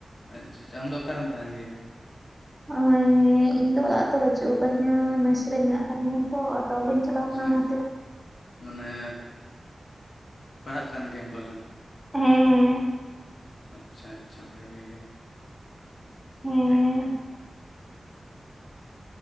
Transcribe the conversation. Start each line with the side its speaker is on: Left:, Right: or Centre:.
Left: ᱟᱪᱪᱷᱟ ᱟᱪᱪᱷᱟ ᱟᱢᱫᱚ ᱚᱠᱟᱨᱮᱢ ᱛᱟᱦᱮᱸᱱ ᱜᱮᱭᱟ?
Centre: ᱱᱚᱜᱚᱭ ᱤᱧ ᱫᱚ ᱚᱲᱟᱜ ᱫᱚ ᱵᱟᱪᱩᱜ ᱟᱠᱟᱫᱤᱧᱟ ᱢᱮᱥ ᱨᱮ ᱢᱮᱱᱟᱜ ᱟᱠᱟ ᱫᱤᱧᱟ ᱛᱚ ᱵᱟᱹᱧ ᱪᱟᱞᱟᱣ
Left: ᱟᱪᱪᱷᱟ
Centre: ᱟᱠᱟᱱᱟ ᱚᱱᱟ
Left: ᱟᱪᱪᱷᱟ
Centre: ᱠᱷᱟᱹᱛᱤᱨ
Left: ᱢᱟᱱᱮ ᱯᱟᱲᱦᱟᱜ ᱠᱟᱱ ᱜᱮᱭᱟᱢ ᱯᱟᱞᱮᱱ
Centre: ᱦᱮᱸ
Left: ᱟᱪᱪᱷᱟ ᱟᱪᱪᱷᱟ ᱵᱷᱟᱹᱜᱤ ᱜᱮ
Centre: ᱦᱮᱸ ᱦᱮᱸ